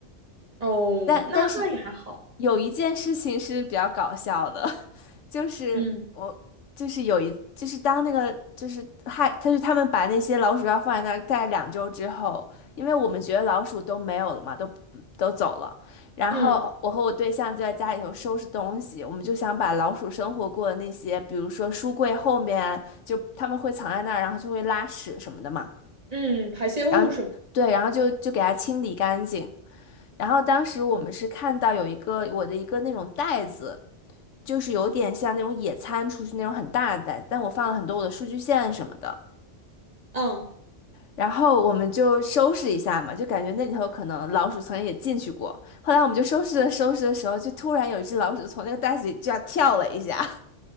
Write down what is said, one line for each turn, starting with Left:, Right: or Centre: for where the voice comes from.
Right: 哦，
Left: 但但是
Right: 那那也还好。
Left: 有一件事情是比较搞笑的，<laughs> 就是我就是有一就是当那个就是害，
Right: 嗯
Left: 他就他们把那些老鼠药放在那儿待两周之后，因为我们觉得老鼠都没有了嘛，都嗯都走了，然后我和我对象就在家里头收拾东西，
Right: 嗯
Left: 我们就想把老鼠生活过的那些，比如说书柜后面啊，就他们会藏在那儿，然后就会拉屎什么的嘛，
Right: 嗯，排泄物什么，
Left: 然后对，然后就就给它清理干净。然后当时我们是看到有一个我的一个那种袋子，就是有点像那种野餐出去那种很大的袋子，但我放了很多我的数据线什么的。
Right: 嗯
Left: 然后我们就收拾一下嘛，就感觉那里头可能老鼠曾经也进去过。后来我们就收拾的收拾的时候，就突然有一只老鼠从那个袋子里这样跳了一下。